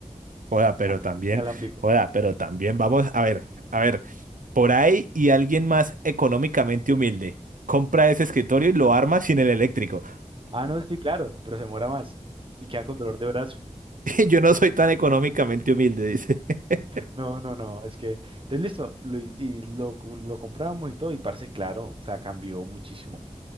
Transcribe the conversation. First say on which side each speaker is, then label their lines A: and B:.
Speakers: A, on the right; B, on the right.
A: Joda, pero
B: ah,
A: también,
B: inalámbrico.
A: joda, pero también vamos a ver, a ver, por ahí y alguien más económicamente humilde compra ese escritorio y lo arma sin el eléctrico.
B: Ah, no, sí, claro, pero se muera más y queda con dolor de brazo.
A: <laughs> yo no soy tan económicamente humilde, dice. <laughs>
B: No, no, no, es que, entonces listo, lo, y y lo, cu- lo compramos y todo, y parce, claro, o sea, cambió muchísimo.